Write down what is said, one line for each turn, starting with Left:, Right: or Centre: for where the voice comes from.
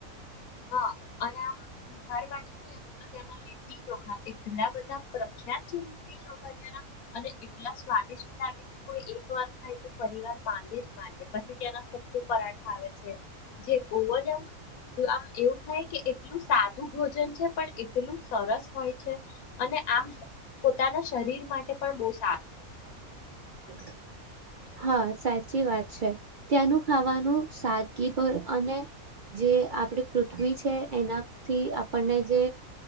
Left: હા અને આમ બિહાર બાજુ. ત લીટીખા એટલા બધા. સુખ્યાત છે લીી જોના. અને એટલા સ્વાદિષ્ટ લાગે કે કોઈ એક વાર ખાય તો. પરિવાર માંગે જ મા. પછી ત્યાના સત્તુ પરાઠા આવે છે જેજ આમ આમ. એવું થાય કે એટલું સાદું ભોજન છે પણ એટલું સરસ. હોય છે અને આમ. પોતાના શરીર માટે પણ બહુ સારું.
Right: હટ <unintelligible> હા સાચી વાત છે ત્યાંનું ખાવાનું સાદગી પર અને જે આપડી પૃથ્વી છે એનાથી આપણને જે